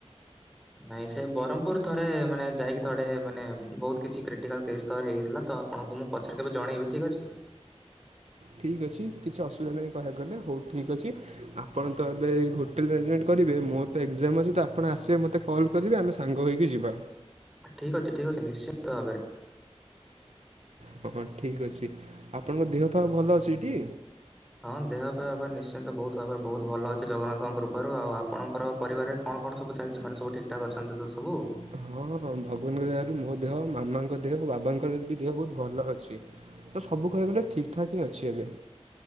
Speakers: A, in the centre; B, on the right (about 70°).
A: ନାଇଁ ସେ ବ୍ରହ୍ମପୁର ଥରେ ମାନେ ଯାଇକି ଥରେ ମାନେ ବହୁତ କିଛି କ୍ରିଟିକାଲ କେସ୍ ତ ହେଇଥିଲା। ତ ଆପଣଙ୍କୁ ମୁଁ ପଛରେ କେବେ ଜଣେଇବି ଠିକ୍ ଅଛି।
B: ଠିକ୍ ଅଛି କିଛି ଅସୁବିଧା ନାହିଁ କହିବାକୁ ଗଲେ ହଉ ଠିକ୍ ଅଛି। ଆପଣ ତ ଏବେ ହୋଟେଲ୍ ମ୍ୟାନେଜମେଣ୍ଟ କରିବେ ମୋର ତ ଏକଜାମ ଅଛି ତ ଆପଣ ଆସିବେ ମୋତେ କଲ୍ କରିବେ ଆମେ ସାଙ୍ଗ ହୋଇକି ଯିବା।
A: ଠିକ୍ ଅଛି ଠିକ୍ ଅଛି ନିଶ୍ଚିିତ ଭାବରେ।
B: ହଁ ହଁ ଠିକ୍ ଅଛି ଆପଣଙ୍କ ଦେହ ପାଗ ଭଲ ଅଛି ଟି?
A: ହଁ ଦେହ ଫେହ ନିଶ୍ଚିନ୍ତ ବହୁତ ଭାବରେ ବହୁତ ଭଲ ଅଛି ଜଗନ୍ନାଥଙ୍କ କୃପାରୁ। ଆଉ ଆପଣଙ୍କର ପରିବାରେ କଣ କଣ ସବୁ ଚାଲିଛି ମାନେ ସବୁ ଠିକଠକ୍ ଅଛନ୍ତି ତ ସବୁ?
B: ହଁ ହଁ ଭଗବାନଙ୍କ ଦୟାରୁ ମୋ ଦେହ, ମାମାଙ୍କ ଦେହ, ବାବାଙ୍କର ବି ଦେହ ବହୁତ ଭଲ ଅଛି। ତ ସବୁ କହିବାକୁ ଗଲେ ଠିକ୍ ଠାକ୍ ହିଁ ଅଛି ଏବେ।